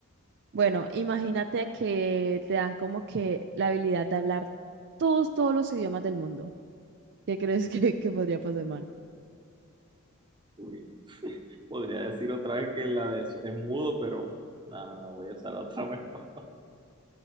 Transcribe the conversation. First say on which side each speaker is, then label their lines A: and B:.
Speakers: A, on the right; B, on the right.
A: bueno, imagínate que te dan como que la habilidad de hablar todos, todos los idiomas del mundo. ¿Qué crees <laughs> que, que podría pasar mal?
B: Uy. <laughs> Podría decir otra vez que la de es mudo, pero ah, voy a usar otra <laughs> mejor.